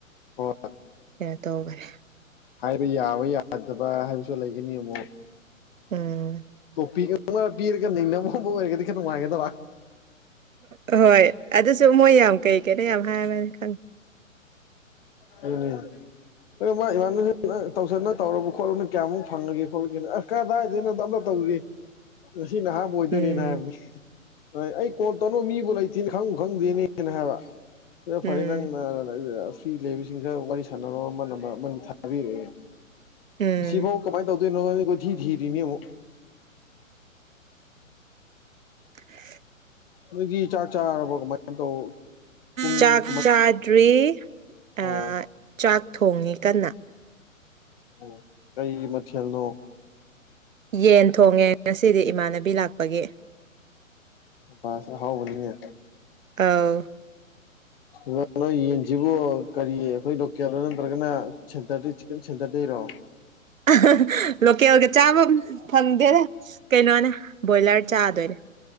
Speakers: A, on the left; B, on the right.
A: ꯍꯣꯏ
B: ꯀꯩꯅꯣ ꯇꯧꯕꯅꯦ
A: ꯍꯥꯏꯕ ꯌꯥꯕ ꯌꯥꯗꯕ ꯍꯥꯏꯕꯁꯨ ꯂꯩꯒꯅꯤ ꯑꯃꯨꯛ
B: ꯎꯝ
A: <unintelligible> ꯄꯤꯔꯒ ꯅꯩꯅꯕꯒꯨꯝꯕ ꯑꯣꯏꯔꯒꯗꯤ ꯈꯔ ꯅꯨꯡꯉꯥꯏꯒꯗꯕ
B: ꯍ ꯍꯣꯏ ꯑꯗꯨꯁꯨ ꯃꯣꯏ ꯌꯥꯝ ꯀꯩ ꯀꯩꯅꯣ ꯌꯥꯝ ꯍꯥꯏꯕꯅꯦ <unintelligible>
A: ꯑꯗꯨꯅꯤ ꯑꯗꯨ ꯃꯥ ꯏꯃꯥꯟꯅ <unintelligible> ꯇꯧꯁꯟꯅ ꯇꯧꯔꯕ ꯈꯣꯠꯂꯕ <unintelligible> ꯀꯌꯥꯃꯨꯛ ꯐꯪꯉꯒꯦ ꯈꯣꯠꯂꯒꯦꯅ <unintelligible> ꯀꯗꯥꯏꯗꯩꯅꯣꯗ ꯑꯝꯇꯥ ꯇꯧꯗ꯭ꯔꯤ ꯉꯁꯤꯅ ꯑꯍꯥꯟꯕ ꯑꯣꯏꯗꯣꯏꯅꯤꯅ
B: ꯎꯝ
A: ꯍꯥꯏꯕꯅꯤ <unintelligible> ꯑꯩ ꯀꯣꯜ ꯇꯧꯅꯕ ꯃꯤꯕꯨ ꯂꯩ <unintelligible> ꯈꯪꯕꯨ ꯈꯪꯉꯨꯗꯦꯅꯦꯅ ꯍꯥꯏꯕ ꯑꯗꯨꯗ
B: ꯎꯝ
A: ꯐꯔꯦ ꯅꯪꯅ <unintelligible> <unintelligible> ꯂꯩꯕꯁꯤꯡꯒ ꯋꯥꯔꯤ ꯁꯥꯟꯅꯔꯣ ꯑꯃ ꯅꯝꯕꯔ ꯑꯃ <unintelligible> ꯊꯥꯕꯤꯔꯛꯑꯦ
B: ꯎꯝ
A: ꯑꯁꯤꯕꯧ ꯀꯃꯥꯏ ꯇꯧꯗꯣꯏꯅꯣ ꯀꯣꯏꯊꯤ ꯊꯤꯔꯤꯅꯤ ꯑꯃꯨꯛ
B: <inaudible>
A: ꯅꯣꯏꯗꯤ ꯆꯥꯛ ꯆꯥꯔꯕꯣ ꯀꯃꯥꯏ <unintelligible> ꯄꯨꯡ
B: ꯆꯥꯛ ꯆꯥꯗ꯭ꯔꯤ
A: ꯑꯣ
B: ꯑꯥ ꯆꯥꯛ ꯊꯣꯡꯉꯤ ꯀꯟꯅ
A: ꯑꯣ ꯀꯩ ꯃꯊꯦꯜꯅꯣ
B: ꯌꯦꯟ ꯊꯣꯡꯉꯦ ꯉꯁꯤꯗꯤ ꯏꯃꯥꯟꯅꯕꯤ ꯂꯥꯛꯄꯒꯤ
A: ꯄꯥꯁꯨ ꯍꯥꯎꯕꯅꯤꯍꯦ
B: ꯑꯥꯎ
A: ꯅꯥ ꯅꯣꯏ ꯌꯦꯟꯖꯤꯕꯣ ꯀꯔꯤ ꯑꯈꯣꯏ ꯂꯣꯀꯦꯜꯔꯣ ꯅꯠꯇ꯭ꯔꯒꯅ ꯁꯦꯟꯇꯔꯗꯩ ꯆꯤꯛꯀꯟ ꯁꯦꯟꯇꯔꯗꯩꯔꯣ
B: <unintelligible> ꯂꯣꯀꯦꯜꯒ ꯆꯥꯕꯝ ꯐꯪꯗꯦꯍꯦ ꯀꯩꯅꯣꯅꯦ ꯕꯣꯏꯂꯔ ꯆꯥꯗꯣꯏꯅꯦ